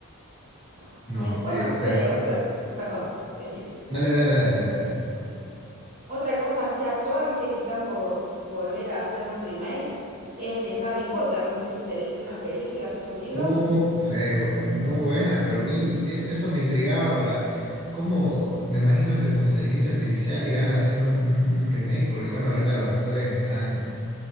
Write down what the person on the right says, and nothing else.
No.
Y después,
no sé,
otra, perdón, decime.
Otra cosa así actual, viste que están por volver a hacer un remake, es de Harry Potter. No sé si seguiste esas películas, esos libros.